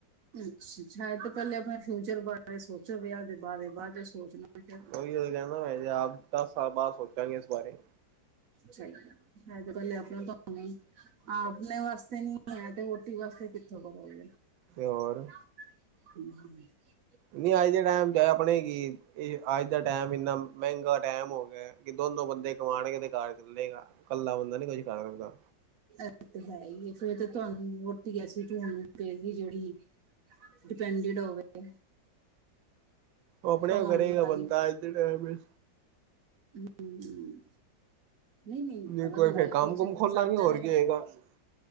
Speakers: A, on the right (about 55°); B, on the right (about 85°).
A: ਅੱਛਾ, ਅੱਛਾ। ਏ ਤੇ ਪੈਲੇ ਆਪਣੇ ਫਿਊਚਰ ਬਾਰੇ ਸੋਚੋਂ। ਵਿਆਹ ਦੇ ਬਾਰੇ ਬਾਅਦ ਚ ਸੋਚਣਾ। ਫਿਰ
B: ਓਈ ਐ ਹੈਗਾ ਨਾਂ, ਵਿਆਹ ਦਸ ਸਾਲ ਬਾਅਦ ਸੋਚਾਂਗੇ ਇਸ ਬਾਰੇ
A: ਸਈ ਗੱਲ ਏ। <unintelligible> ਆਪਣੇ ਵਾਸਤੇ ਨੀਂ ਹੈ ਤੇ ਵੋਟੀ ਵਾਸਤੇ ਕਿੱਥੋਂ ਕਰੋਗੇ।
B: ਤੇ ਹੋਰ
A: ਹਂ, ਹਂ।
B: ਨਈਂ ਅੱਜ ਦੇ ਟੈਮ ਚ ਆਪਣੇ ਕੀ, ਈ ਅੱਜ ਦਾ ਟੈਮ ਇੰਨਾ ਮੈਂਗਾ ਟੈਮ ਹੋ ਗਿਆ ਕਿ ਦੋਨੋਂ ਬੰਦੇ ਕਮਾਣਗੇ ਤੇ ਘਾਰ ਚਲੇਂਗਾ। ਕੱਲਾ ਬੰਦਾ ਨੀਂ ਕੁੱਝ ਕਰ ਸਕਦਾ।
A: ਏ ਤੇ ਹੈ ਈ ਏ ਫੇ਼ਰ ਤੇ ਤੁਆਨੂੰ ਵੋਟੀ ਐਸੀ ਢੂੰਡਣੀ ਪਏਗੀ, ਜੇੜੀ ਡਿਪੈਂਡਡ ਹੋਵੇ
B: ਓ ਆਪਣੇ
A: ਕਮਾਉਣ
B: ਆਪ ਕਰੇਗਾ
A: ਵਾਲੀ
B: ਬੰਦਾ, ਅੱਜ ਦੇ ਟੈਮ ਵੀ
A: ਹਂ, ਨਈਂ ਨਈਂ,
B: ਨਹੀਂ
A: ਅਗਰ
B: ਕੋਈ
A: ਲਾਈਫ਼
B: ਫੇਰ ਕੰਮ
A: ਵਿੱਚ
B: ਕੁਮ ਖੋਲਾਂਗੇ
A: ਸਭ ਜਣੈਂ
B: <inaudible>